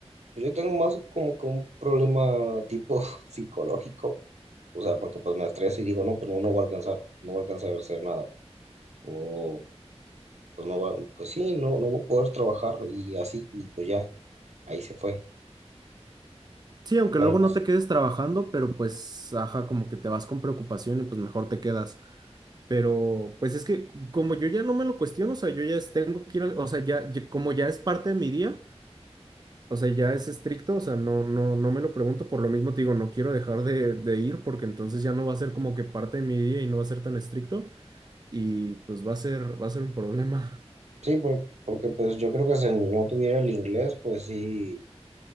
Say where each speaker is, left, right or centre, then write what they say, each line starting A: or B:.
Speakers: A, on the right; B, on the right.
A: yo tengo más como que un problema tipo <laughs> psicológico, o sea, porque pues me estreso y digo, no, pues no, no voy a alcanzar, no voy a alcanzar a hacer nada, o pues no voy, a- pues sí, no, no voy a poder trabajar y así, y pues ya, ahí se fue.
B: Sí, aunque
A: Pero
B: luego
A: pues
B: no te quedes trabajando, pero pues, ajá, como que te vas con preocupación y pues mejor te quedas. Pero pues es que como yo ya no me lo cuestiono, o sea, yo ya es- tengo que ir, al- o sea, ya, ya- como ya es parte de mi día, o sea, ya es estricto, o sea, no, no, no me lo pregunto, por lo mismo te digo, no quiero dejar de, de ir porque entonces ya no va a ser como que parte de mi día y no va a ser tan estricto y pues va a ser, va a ser un problema.
A: sí, por- porque pues yo creo que si no tuviera el inglés, pues sí,